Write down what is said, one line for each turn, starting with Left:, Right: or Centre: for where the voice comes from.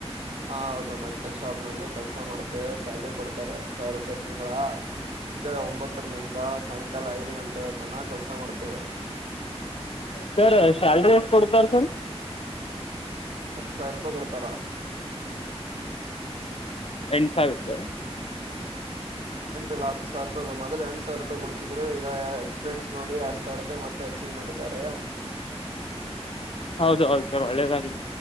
Right: ಹಾ ಹೌದು ಮೆಡಿಕಲ್ ಶಾಪ್ ನಲ್ಲಿ ಕೆಲ್ಸ ಮಾಡ್ತೇವೆ ಸ್ಯಾಲ್ರಿ ಕೊಡ್ತಾರೆ ಹತ್ತು ಸಾವಿರ ರೂಪಾಯಿ ತಿಂಗಳ ಮುಂಜಳೆ ಒಂಬತ್ತರ ನಿಂದ ಸಾಯಂಕಾಲ ಐದು ಗಂಟೆ ತನ ಕೆಲ್ಸ ಮಾಡ್ತೇವೆ.
Left: ಸರ್ ಸ್ಯಾಲರಿ ಎಷ್ಟ ಕೊಡ್ತಾರೆ ಸರ್
Right: ಹತ್ತು ಸಾವಿರ ರೂಪಾಯಿ ಕೊಡ್ತಾರಾ.
Left: ಎಂಸಾಗುತ್ತ <unintelligible>
Right: ಅ ಸ <unintelligible> ಎಂಟ ಇಲ್ಲ ಹತ್ತುಾವರ ರೂಪಾಯಿ ಮೊದ ಎ ಸಾವರ ರೂಪಾಯಿ ಕೊಡ್ತಿದ್ದ ಈಗ ಎಕ್ಪೀರಿನ್ ನೋಡಿ ಎರಡ್ ಸಾವರ ರೂಪಾಯಿತ್ತತ್ ಚೀಗ್ ಮಾಡಿದ್ದಾರೆ
Left: ಹೌದು ಹೌದು ಸರ್ ಒಳ್ಳೆದಾಗಲಿ